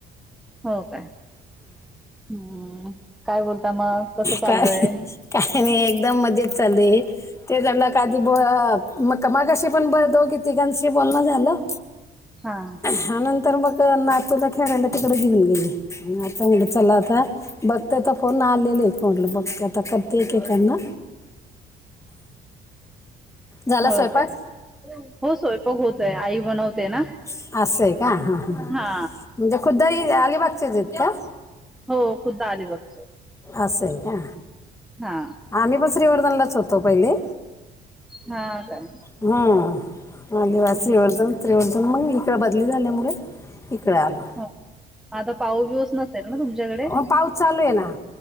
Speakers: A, in the centre; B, on the left (about 15°).
A: हो काय. हम्म काय बोलता मग कसं चाललय.
B: काय काय नाही एकदम मजेत चाल ते झालं का आधी ब मग. कमागाशी पण बोलतो कीतीिकांशी बोलणं झालं.
A: हा.
B: ह नंतर मग नातूला खेळायला तिकडे घेऊन गेली आता मु चला आता. बघतेयता फोन आलेले फोडला बघते आता करते एक एकना. झाला
A: हो
B: स्वयंपाक
A: काय हो सोयपघ होतोय आई बनवते ना.
B: अस अस आहे का हां हां
A: हा
B: म्हणजे खुद्दही अलिबागचेचेत का?
A: हो खुद्द आलीबाग बघते.
B: अस अस आहे का
A: हा
B: आम्ही पण श्रीवर्धनलाच होतो पहिले.
A: हा काय
B: हा आदिवासी
A: हम्म,
B: श्रीवर्धन त्रिवर्धन मग इकड बदली झाल्यामुळे इिकराला
A: हो आता पाऊ बिऊस नसेल ना तुमच्याकडे
B: ह पाऊस चालू आहे ना